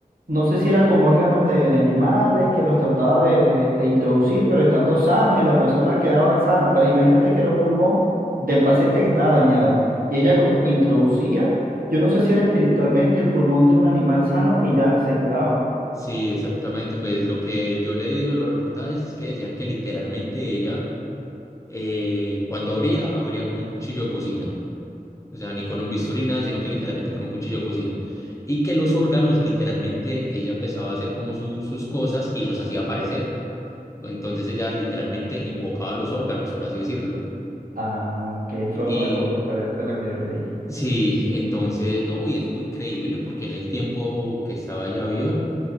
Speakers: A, on the right; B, on the left.
A: no sé si era con órganos de, de animales que los trataba de, de- de introducir, pero estando sanos y la persona quedaba sana. Pero imagínate que era un pulmón del paciente que estaba dañado. Y ella como que introducía, yo no sé si era espiritualmente el pulmón de un animal sano y ya se curaba.
B: Sí, exactamente. Pues lo que yo leí de los reportajes es que decían que literalmente ella, eh, cuando abría, abría con un cuchillo de cocina. O sea, ni con un bisturí, nada, sino que literalmente con un cuchillo de cocina. Y que los órganos, literalmente, ella empezaba a hacer como su- sus cosas y los hacía aparecer. Entonces ella literalmente invocaba los órganos, por así decirlo.
A: Ah, ok,
B: Y
A: fue otra cosa diferente a la que yo leí.
B: sí, entonces, no, y eso fue increíble porque en el tiempo que estaba ya viva,